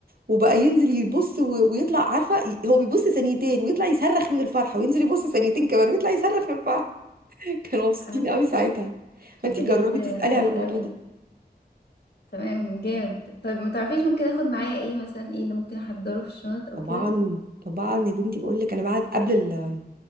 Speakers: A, on the right (about 60°); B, on the left (about 80°).
A: وبقى ينزل يبص و... ويطلع عارفه ي- هو بيبص ثانيتين ويطلع يصرخ من الفرحه وينزل يبص ثانيتين كمان ويطلع يصرخ من الفرحه <laughs> كانوا مبسوطين
B: آه،
A: قوي ساعتها فانت
B: بجد
A: جربي تسالي
B: جامد
A: على الموضوع
B: قوي
A: ده
B: تمام جامد طيب ما تعرفيش ممكن اخد معايا ايه مثلا ايه اللي ممكن احضره في الشنط او
A: طبعا
B: كده
A: طبعا يا بنتي بقول لك انا بعد قبل ال...